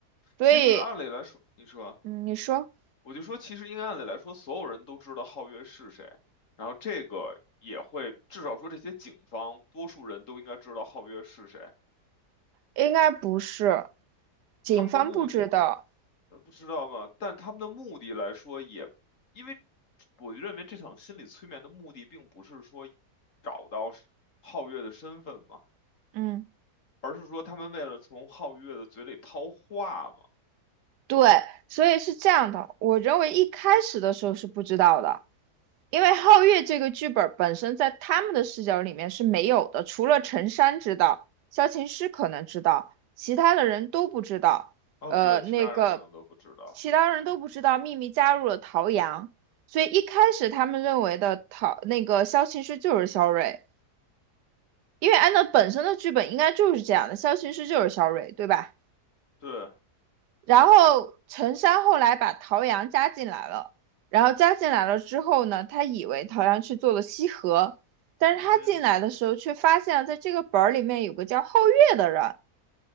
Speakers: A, on the right (about 85°); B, on the left (about 50°).
A: 所以
B: 其实按理来说，你说，
A: 嗯，你说
B: 我就说，其实应该按理来说，所有人都知道皓月是谁，然后这个也会，至少说这些警方，多数人都应该知道皓月是谁。
A: 应该不是，警方不知道。
B: 他们的目的，呃不知道嘛，但他们的目的来说也，因为我认为这场心理催眠的目的并不是说找到是皓月的身份嘛，
A: 嗯，
B: 而是说他们为了从皓月的嘴里套话嘛。
A: 对，所以是这样的，我认为一开始的时候是不知道的。因为皓月这个剧本本身在他们的视角里面是没有的，除了陈山知道，萧琴师可能知道，其他的人都不知道。
B: 哦，
A: 呃，
B: 对，其他人可能都不知道。
A: 那个其他人都不知道秘密加入了陶阳，所以一开始他们认为的陶那个萧琴师就是萧睿，因为按照本身的剧本应该就是这样的，萧琴师就是萧睿，对吧？
B: 对，
A: 然后陈山后来把陶阳加进来了，然后加进来了之后呢，他以为陶阳去做了西河，但是他进来的时候却发现了在这个本儿里面有个叫皓月的人，
B: 嗯哼，